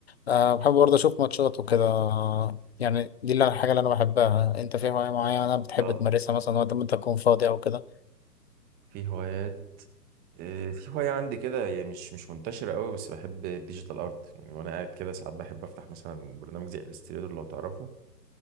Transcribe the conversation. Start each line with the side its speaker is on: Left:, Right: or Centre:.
Left: آه بحب برضه أشوف ماتشات وكده آه، يعني دي اللي- الحاجة اللي أنا بحبها أنت في هواية معينة بتحب
Right: اه
Left: تمارسها مثلا وقت ما أنت تكون فاضي أو كده
Right: في هوايات آه، في هوايه عندي كده هي مش مش منتشره قوي بس بحب الديجيتال ارت يعني وانا قاعد كده ساعات بحب افتح مثلا برنامج زي الستريتور لو تعرفه